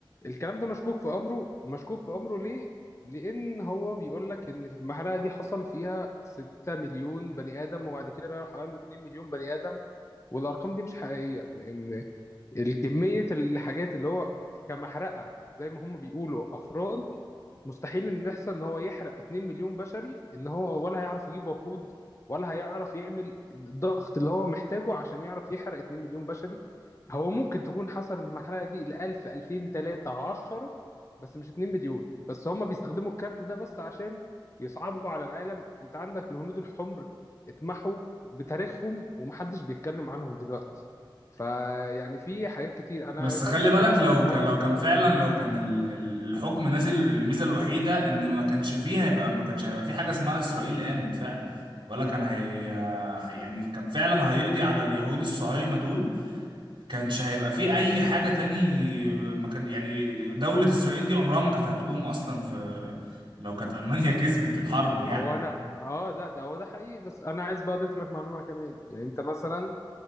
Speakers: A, on the left; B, on the right.
A: الكلام ده مشكوك في أمره مشكوك في أمره ليه؟ لأن هو بيقول لك إن في المحرقة دي حصل فيها 6 مليون بني آدم وبعد كده راح قالوا 2 مليون بني آدم والأرقام دي مش حقيقية لأن الكمية الحاجات اللي هو كمحرقة زي ما هم بيقولوا أفران مستحيل إن يحصل إن هو يحرق 2 مليون بشري إن هو ولا هيعرف يجيب وقود ولا هيعرف يعمل الضغط اللي هو محتاجه عشان يعرف يحرق 2 مليون بشري هو ممكن تكون حصل المحرقة دي ل 1000 2000 3 10 بس مش 2 مليون بس هم بيستخدموا الكارت ده بس عشان يصعبوا على العالم أنت عندك الهنود الحمر اتمحوا بتاريخهم ومحدش بيتكلم عنهم دلوقتي فيعني في حاجات كتير انا
B: بس
A: فعلا
B: خلي
A: التاريخ
B: بالك لو
A: انا هيتغير
B: ك... لو
A: من
B: كان
A: جذوره
B: فعلا لو كان ال... ال- الحكم نازل الميزة الوحيدة ان ما كانش فيه هيبقى ما كانش هيبقى في حاجة اسمها اسرائيل قامت فعلا ولا كان هي يعني كان فعلا هيقضي على اليهود الصهاينة دول كانش هيبقى في اي حاجه تاني ما كان يعني دوله اسرائيل دي عمرها ما كانت هتقوم اصلا في لو كانت المانيا <laughs> كسبت الحرب يعني
A: هو انا اه لا ده هو ده حقيقي بس انا عايز بقى اضيف لك معلومه كمان يعني انت مثلا